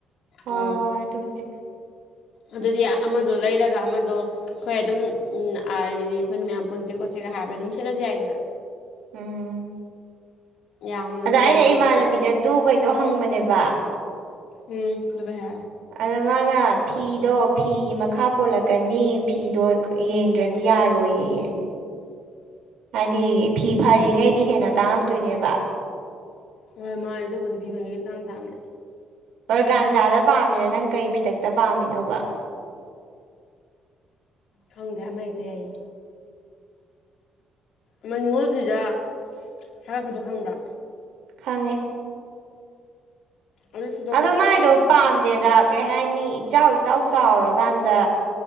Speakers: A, on the right; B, on the left.
A: ꯍꯣꯏ
B: ꯎꯝ
A: ꯍꯣꯏ ꯑꯗꯨꯕꯨꯗꯤ
B: ꯑꯗꯨꯗꯤ ꯑꯃꯗꯣ ꯂꯩꯔꯒ ꯑꯃꯗꯣ ꯑꯩꯈꯣꯏ ꯑꯗꯨꯝ ꯍꯥꯏꯗꯤ ꯑꯩꯈꯣꯏꯅ ꯃꯌꯥꯝ ꯄꯨꯟꯁꯦ ꯈꯣꯠꯆꯦꯒ ꯍꯥꯏꯕꯗ ꯑꯗꯨꯝ ꯁꯦꯠꯂꯁꯨ ꯌꯥꯏꯗꯅ
A: ꯎꯝ
B: ꯌꯥꯝꯅ
A: ꯑꯗ
B: ꯑꯃ
A: ꯑꯩꯅ
B: ꯀꯩꯅꯣ ꯇꯧꯕꯗꯨꯅꯤ
A: ꯏꯃꯥꯟꯅꯕꯤꯗ ꯇꯨꯕꯩꯗꯣ ꯍꯪꯕꯅꯦꯕ ꯋꯥ
B: ꯎꯝ ꯑꯗꯨꯒ ꯍꯦ
A: ꯑꯗ ꯃꯥꯅ ꯐꯤꯗꯣ ꯐꯤꯒꯤ ꯃꯈꯥ ꯄꯣꯜꯂꯛꯀꯅꯤ ꯐꯤꯗꯣ ꯌꯦꯡꯗ꯭ꯔꯗꯤ ꯌꯥꯔꯣꯏꯌꯦ ꯍꯥꯏꯗꯤ ꯐꯤ ꯐꯔꯤꯉꯩꯗꯤ ꯍꯦꯟꯅ ꯇꯥꯡꯉꯛꯇꯣꯏꯅꯦꯕ
B: ꯍꯣꯏ ꯃꯥꯅꯦ ꯇꯧꯕꯗꯤ ꯐꯤ ꯐꯪꯉꯦ ꯇꯥꯡ ꯇꯥꯕꯅꯦ
A: ꯑꯣꯔꯒꯥꯟꯖꯥꯗ ꯄꯥꯝꯃꯤꯔ ꯅꯪ ꯀꯩ ꯐꯤꯗꯛꯇ ꯄꯥꯝꯃꯤꯅꯣꯕ
B: ꯈꯪꯗꯦ ꯑꯃ ꯍꯦꯛ ꯌꯥꯏꯌꯦ ꯑꯃ ꯅꯤꯡꯅꯤꯉꯣꯜ ꯐꯤꯗ ꯍꯥꯏꯔꯛꯄꯗꯣ ꯈꯪꯕ꯭ꯔꯥ
A: ꯈꯪꯉꯦ
B: ꯑꯗꯨꯁꯨ ꯑꯗꯨꯝ
A: ꯑꯗꯣ ꯃꯥꯏꯗꯣ ꯄꯥꯝꯗꯦꯗ ꯀꯩ ꯍꯥꯏꯅꯤ ꯏꯆꯥꯎ ꯏꯆꯥꯎ ꯆꯥꯎꯔꯀꯥꯟꯗ